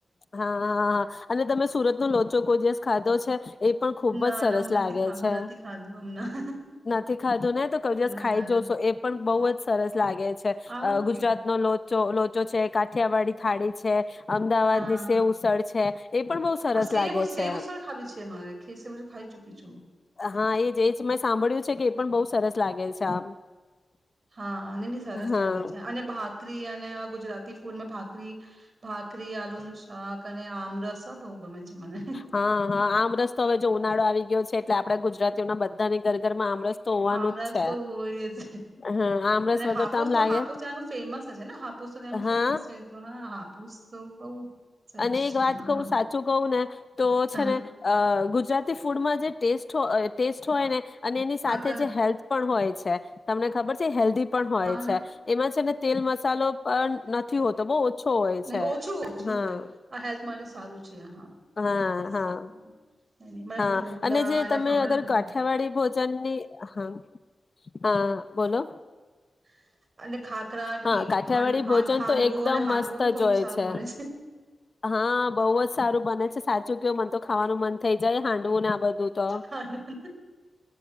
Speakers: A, on the left; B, on the right.
A: હાં અને તમે સુરત. નો લોચો કોઈ દિવસ ખાધો છે? એ પણ ખુબ
B: ના
A: જ સરસ
B: ના હું
A: લાગે
B: નથી ખા હું
A: છે
B: નથી ખાધું હમણાં.
A: નથી ખાધું ને તો કોઈ દિવસ
B: ના
A: ખાઈ
B: ના
A: જશો
B: ના
A: એ પણ બહુ જ સરસ લાગે છે.
B: આ ઓકે
A: ગુજરાતનો લોચો લો તો છે કાઠિયાવાડી. થાળી છે. અમદાવાદ
B: હા.
A: ની સેવ ઉસળ છે. એ પણ બહુ સરસ
B: આ સેવ
A: લાગે
B: સેવ
A: છે
B: ઉસળ ખાવી છે મારે. ખે સેવ ઉસળ ખાઈ ચુકી છું.
A: હા એજ એજ મેં સાંભળ્યું છે કે એ પણ બહુ સરસ લાગે છે આમ
B: હા ની ની સરસ
A: હા
B: લાગે છે અને ભાકરી અને ગુજરાતી ફૂડમાં ભાકરી ભાખરી આલુનુ શાક અને આમરસા આ બહુ ગમે છે મને
A: હા હા આમરસ તો હવે જો ઉનાળો આવી ગયો છે એટલે આપડા ગુજરાતીઓના બધાને ઘરે ઘરમાં આમરસ તો હોવાનું
B: આમરસ
A: જ છે.
B: તો હોય જ
A: હા આમરસ
B: અને
A: વગર
B: હાપુસ
A: આમ
B: તો
A: લાગે
B: હાપુસ ત્યાંનું ફેમસ છે ને હાપુસ તો ત્યાંનું
A: હા
B: ફેમસ છે ને હા હાપુસ તો બહું સરસ
A: અને એક
B: છે
A: વાત
B: હા.
A: કહું સાચું કહું ને તો
B: હા
A: છે ને અ ગુજરાતી ફૂડમાં જે ટેસ્ટ ટેસ્ટ હોય ને અને એની સાથે
B: આ ક
A: જે હેલ્થ પણ હોય. તમને ખબર છે હેલ્દી પણ હોય
B: હા
A: છે એમાં છે ને તેલ મસાલો પણ નથી હોતો બઉ ઓછો હોય
B: નહી
A: છે
B: ઓછું ઓછું
A: હા
B: હોય આ હેલ્થ માટે સારું છે હા
A: હા
B: યસ
A: હા
B: હા. મને
A: હા
B: ઢોકલા
A: અને જે તમે
B: ફાવા
A: અગર
B: અને કાંકર
A: કાઠિયાવાડી ભોજનની હા હા બોલો
B: <inaudible> ખાખરા
A: હા
B: ઈ
A: કાઠિયાવાડી
B: હાંડ હાંડ
A: ભોજન
B: હાંડવો
A: તો એકદમ
B: અને હાંડવો
A: મસ્ત
B: બી બહુ
A: જ હોય
B: સારું
A: છે
B: બને
A: હા બહ જ સારું બને છે સાચું <unintelligible> મન તો ખાવાનું મન થઇ જાય હાંડવું ને આ બધું તો
B: હાંડવો